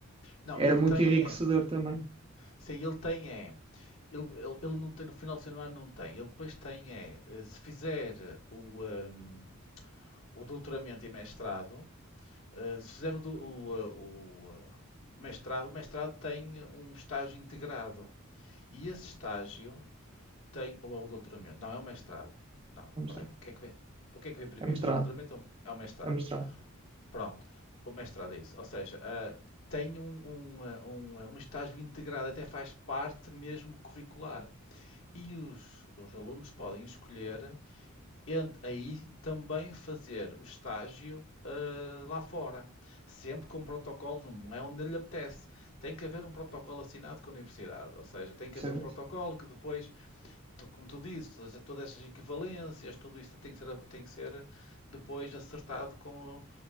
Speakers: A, on the left (about 60°); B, on the right (about 25°).
A: Não,
B: Era
A: ele
B: muito
A: tem
B: enriquecedor
A: é.
B: também.
A: Sim, ele tem é. Ele, ele, ele não tem, no final do segundo ano não tem. Ele depois tem é. eh, Se fizer o, ehm, o doutoramento e mestrado, eh, se fizer o, do- o, eh, o, eh, mestrado, o mestrado tem um estágio integrado. E esse estágio tem, ou é o doutoramento? Não, é o mestrado. Não,
B: É mostrado.
A: peraí. O que é que vem? O que é que vem primeiro?
B: É mostrado.
A: É o doutoramento ou é o mestrado?
B: É mostrado.
A: Pronto, o mestrado é isso. Ou seja, ah, tem um, um, ah, um, ah, um estágio integrado, até faz parte mesmo curricular. E os, os alunos podem escolher entre aí também fazer o estágio ah, lá fora. Sempre com protocolos, não é onde lhe apetece. Tem que haver um protocolo assinado com a universidade. Ou seja, tem que
B: Certo?
A: haver um protocolo que depois tu- como tu dizes, todas, todas essas equivalências, tudo isto tem que ser, tem que ser depois acertado com,